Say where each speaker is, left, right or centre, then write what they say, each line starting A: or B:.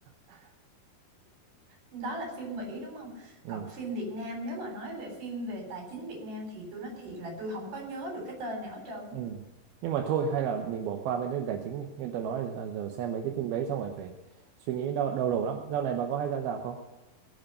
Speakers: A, on the right; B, on the right.
A: <laughs>
B: đó là phim Mỹ đúng không
A: ừ.
B: còn phim Việt Nam nếu mà nói về phim về tài chính Việt Nam thì tôi nói thiệt là tôi không có nhớ được cái tên nào hết trơn á.
A: ừ. nhưng mà thôi hay là mình bỏ qua vấn đề tài chính đi nhưng tôi nói là giờ xem mấy cái phim đấy xong rồi phải suy nghĩ đau, đau đầu lắm dạo này bà có hay ra rạp không